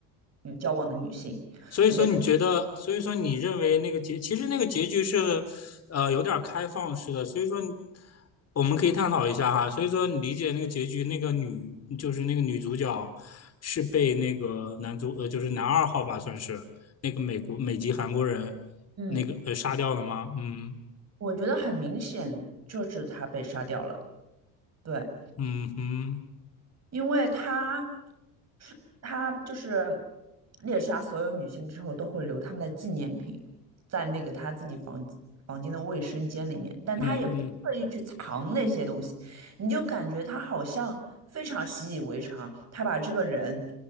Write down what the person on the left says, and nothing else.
所以说你觉得，
所以说你认为那个结，其实那个结局是，呃，有点开放式的。所以说你我们可以探讨一下哈。所以说，你理解那个结局，那个女就是那个女主角是被那个男主，呃，就是男二号吧，算是那个美国美籍韩国人
那个呃杀掉了吗？嗯
嗯嗯
嗯